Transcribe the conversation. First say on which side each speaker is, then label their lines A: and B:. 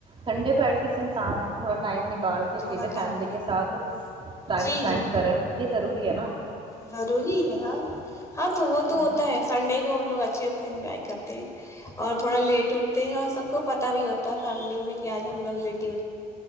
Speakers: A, on the right; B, on the left.
A: ھنڈے کو ایٹ لیسٹ انسان تھوڑ ٹائمک ال کے
B: تھوڑا
A: چھے
B: ٹائم
A: فیملی کے ساتھ ٹائم
B: جی
A: اسپینڈ
B: جی
A: کریں ج ضروری ہے نا
B: ضروری ہے ہا ہاں تو وہ تو
A: ہوں
B: ہوتا ہے سنڈے کو ہم لوگ اچھے انجاائے کرتے اور تھوڑا لیٹ اٹھتے ہیں اور سب کو پتا بھی ہوتا ہے فیملی میں کیا آج ہم لوگ لیٹی